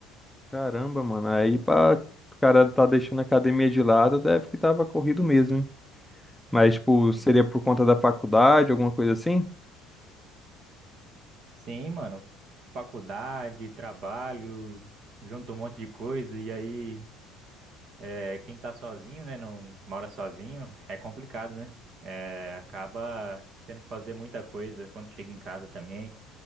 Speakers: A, in the centre; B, on the right.
A: Caramba, mano, aí pra o cara tá deixando a academia de lado, deve que tava corrido mesmo, hein? Mas, tipo, seria
B: Sim,
A: por conta da faculdade, alguma coisa assim?
B: Sim, mano. Faculdade, trabalho, junto um monte de coisa. E aí, é, quem tá sozinho, né? Não mora sozinho, é complicado, né? É, acaba tendo que fazer muita coisa quando chega em casa também.